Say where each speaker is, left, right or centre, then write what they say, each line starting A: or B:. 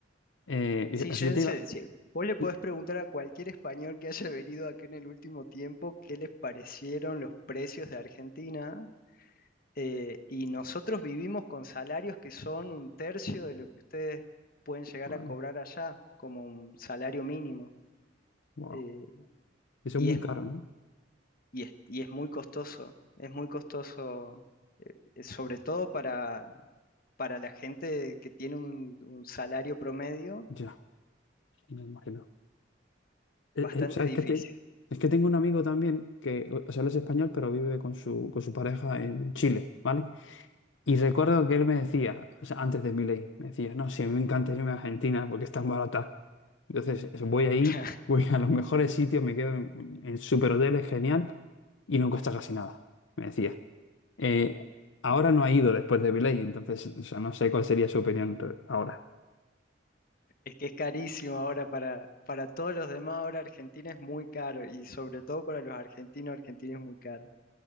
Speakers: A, on the left (about 85°); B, on the left (about 50°).
A: Eh,
B: Sí,
A: eso
B: Jensen,
A: yo te iba.
B: sí, vos le podés
A: Uy,
B: preguntar a cualquier español que haya venido acá en el último tiempo qué les parecieron los precios de Argentina. eh, y nosotros vivimos con salarios que son un tercio de lo que ustedes pueden llegar
A: vale,
B: a cobrar allá, como un salario mínimo.
A: wow.
B: eh,
A: Eso
B: y
A: es muy
B: es,
A: caro,
B: mu-
A: ¿no?
B: y es, y es muy costoso, es muy costoso, eh, eh, sobre todo para, para la gente que tiene un un salario promedio,
A: Ya, me imagino. Eh,
B: bastante
A: eh, ¿sabes
B: difícil.
A: qué te- Es que tengo un amigo también que, o sea, él es español, pero vive con su, con su pareja en Chile, ¿vale? Y recuerdo que él me decía, o sea, antes de mi ley, me decía, no, sí, a mí me encanta irme a Argentina porque es tan barata. Entonces, eso, voy ahí,
B: <laughs>
A: voy a los mejores sitios, me quedo en, en super hoteles, genial, y no cuesta casi nada, me decía. Eh, ahora no ha ido después de Viley, entonces o sea, no sé cuál sería su opinión re- ahora.
B: Es que es carísimo ahora para, para todos los demás, ahora Argentina es muy caro y sobre todo para los argentinos, Argentina es muy cara.